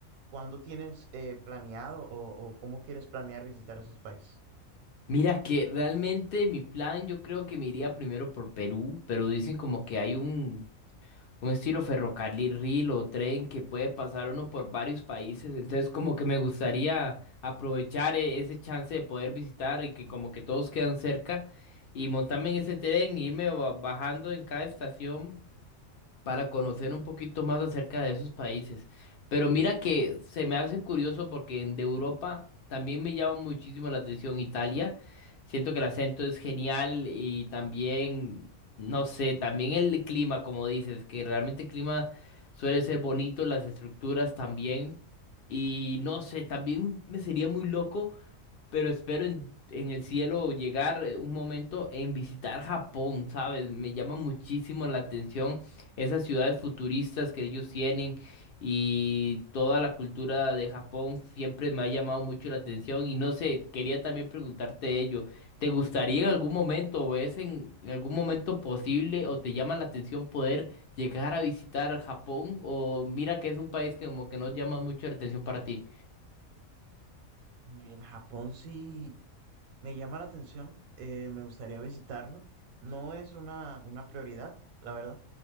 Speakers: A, on the right; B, on the left.
A: ¿cuándo tienes eh, planeado o, o cómo quieres planear visitar esos países?
B: Mira que realmente mi plan, yo creo que me iría primero por Perú, pero dicen como que hay un un estilo ferrocarril o tren que puede pasar uno por varios países. Entonces, como que me gustaría aprovechar eh, ese chance de poder visitar y que como que todos quedan cerca y montarme en ese tren e irme ba- bajando en cada estación para conocer un poquito más acerca de esos países. Pero mira que se me hace curioso porque en- de Europa también me llama muchísimo la atención Italia. Siento que el acento es genial y también, no sé, también el clima, como dices, que realmente el clima suele ser bonito, las estructuras también. Y no sé, también me sería muy loco pero espero en, en el cielo llegar eh, un momento en visitar Japón, ¿sabes? Me llama muchísimo la atención esas ciudades futuristas que ellos tienen y toda la cultura de Japón siempre me ha llamado mucho la atención y no sé, quería también preguntarte ello, ¿te gustaría en algún momento o es en algún momento posible o te llama la atención poder llegar a visitar Japón o mira que es un país que como que no llama mucho la atención para ti?
A: En Japón sí, Me llama la atención, eh, me gustaría visitarlo. No es una, una prioridad, la verdad,